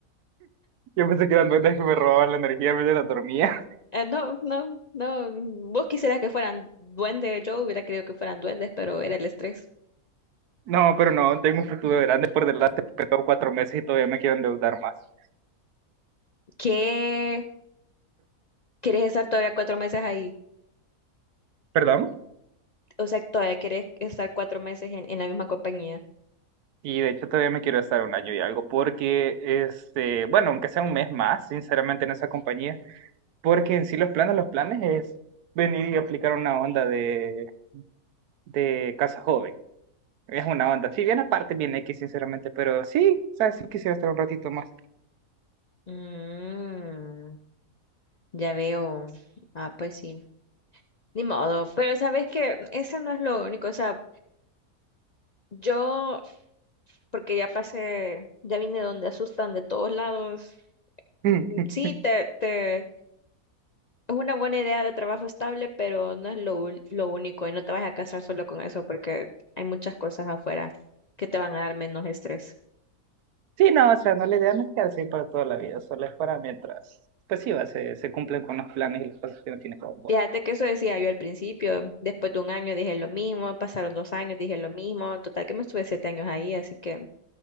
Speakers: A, on the right; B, on the left.
A: Yo pensé que eran duendes que me robaban la energía mientras dormía.
B: Eh, no, no, no. mm, Vos quisieras que fueran duendes, yo hubiera querido que fueran duendes, pero era el estrés.
A: No, pero no, tengo un futuro grande por delante, porque tengo cuatro meses y todavía me quiero endeudar más.
B: ¿Qué? ¿Querés estar todavía cuatro meses ahí?
A: ¿Perdón?
B: O sea, todavía querés estar cuatro meses en, en la misma compañía.
A: Y de hecho todavía me quiero estar un año y algo, porque, este, bueno, aunque sea un mes más, sinceramente, en esa compañía, porque en sí los planes, los planes es venir y aplicar una onda de, de casa joven. Es una onda, si bien aparte viene X, sinceramente, pero sí, o sea, sí quisiera estar un ratito más.
B: Mm, ya veo. Ah, pues sí. Ni modo. Pero sabes que ese no es lo único. O sea, yo, porque ya pasé, ya vine donde asustan de todos lados.
A: <laughs>
B: Mm, Sí, te, te, Es una buena idea de trabajo estable, pero no es lo, ul- lo único y no te vas a casar solo con eso porque hay muchas cosas afuera que te van a dar menos estrés.
A: Sí, no, o sea, no la idea no es quedarse ahí para toda la vida, solo es para mientras, pues sí, va, se, se cumplen con los planes y las cosas que no tiene como
B: Fíjate que eso decía yo al principio, después de un año dije lo mismo, pasaron dos años, dije lo mismo, total que me estuve siete años ahí, así que